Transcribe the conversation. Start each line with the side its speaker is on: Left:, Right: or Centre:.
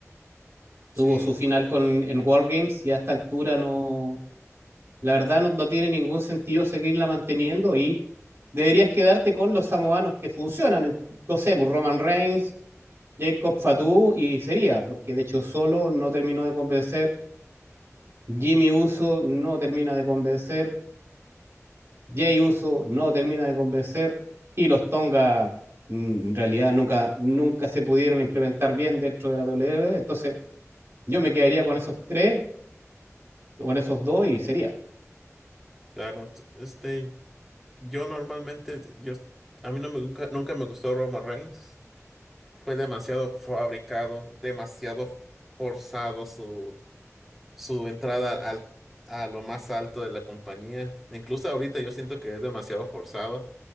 Centre: Sí,
Right: tuvo su final con, en Wargames y a esta altura no, la verdad no, no tiene ningún sentido seguirla manteniendo y deberías quedarte con los samoanos que funcionan, en- no sé, pues, Roman Reigns, Jacob Fatu y sería, porque de hecho solo no terminó de convencer, Jimmy Uso no termina de convencer, Jay Uso no termina de convencer y los Tonga mm, en realidad nunca, nunca se pudieron implementar bien dentro de la WWE. Entonces yo me quedaría con esos tres, con esos dos y sería.
Centre: claro. Este, Yo normalmente, yo, a mí no me, nunca, nunca me gustó Roma Reigns. Fue demasiado fabricado, demasiado forzado su, su entrada al, a lo más alto de la compañía. Incluso ahorita yo siento que es demasiado forzado.